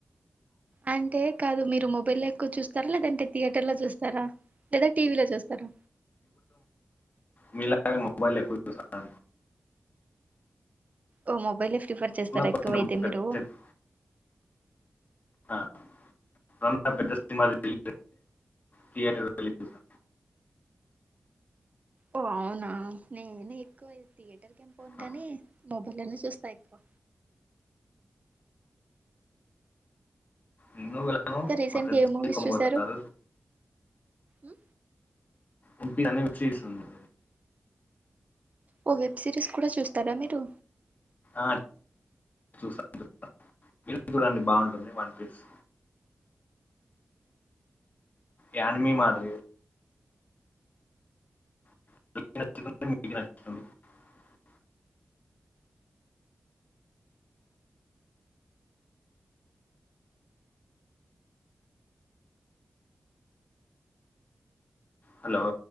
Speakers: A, on the right; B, on the left.
A: అంటే కాదు మీరు మొబైల్లో ఎక్కువ చూస్తారా లేదంటే థియేటర్ లో చూస్తారా లేదా టీ వీ లో చూస్తారా
B: మీలాగ మొబైల్ ఎక్కువ చూసాను
A: ఓ మొబైలే ఫ్రిఫర్ చేస్తారా
B: కొంచెం
A: ఎక్కువయితే
B: పెద్ద
A: మీరు
B: సి- ఆ మొన్న ఆ పెద్ద సినిమా రిలీ థియేటర్ వెళ్లి చూసా
A: ఓ అవునా నేను ఎక్కువ థియేటర్కి ఏం పోను
B: ఆ,
A: గాని మొబైలోనే చూస్తా క్
B: నేను వెళ్ళను
A: మీరు ఇంక రీసెంట్గా
B: మా ఫ్రెండ్స్
A: ఏ మూవీస్
B: తీసుకొని
A: చూశారు
B: పోతారు
A: ఉ
B: ఉంటుందనే చీసున్నదే
A: ఓ వెబ్ సిరీస్ కూడా చూస్తారా మీరు
B: ఆ చూశాం జూడండి బాగుంటుంది వన్ పీస్ యానిమి మాదిరి <inaudible> హలో